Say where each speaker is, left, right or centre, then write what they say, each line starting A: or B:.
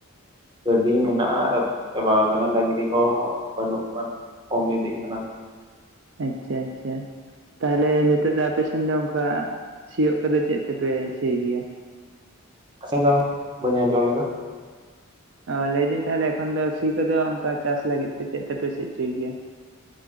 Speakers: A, on the right; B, on the right.
A: ᱜᱟᱹᱰᱤ ᱢᱮᱱᱟᱜᱼᱟ ᱨᱟᱯᱩᱫ ᱪᱟᱵᱟ ᱟᱠᱟᱱᱟ ᱰᱟᱺᱝᱨᱤ ᱠᱚᱦᱚᱸ ᱵᱟᱹᱱᱩᱜ ᱠᱚᱶᱟ ᱠᱚᱢ ᱤᱫᱤᱜ ᱠᱟᱱᱟ᱾
B: ᱟᱪᱪᱷᱟ ᱟᱪᱪᱷᱟ ᱟᱪᱪᱷᱟ᱾ ᱛᱟᱦᱚᱞᱮ ᱱᱤᱛᱚᱜ ᱫᱚ ᱟᱯᱮᱥᱮᱱ ᱫᱚ ᱚᱱᱠᱟ ᱥᱤᱭᱳᱜ ᱠᱚᱫᱚ ᱪᱮᱫ ᱛᱮᱯᱮ ᱥᱤ ᱜᱮᱭᱟ?
A: ᱱᱟᱥᱮ ᱫᱚ ᱵᱟᱹᱧ ᱟᱡᱚᱢ ᱞᱮᱫᱟ,
B: ᱚ ᱞᱟᱹᱭᱫᱟᱹᱧ ᱛᱟᱦᱚᱞᱮ ᱮᱠᱷᱚᱱ ᱫᱚ ᱥᱤ ᱠᱚᱫᱚ ᱚᱱᱠᱟ ᱪᱟᱥ ᱞᱟᱹᱜᱤᱫ ᱛᱮ ᱪᱮᱫ ᱛᱮᱯᱮ ᱥᱤ ᱚᱪᱚᱭ ᱜᱮᱭᱟ᱾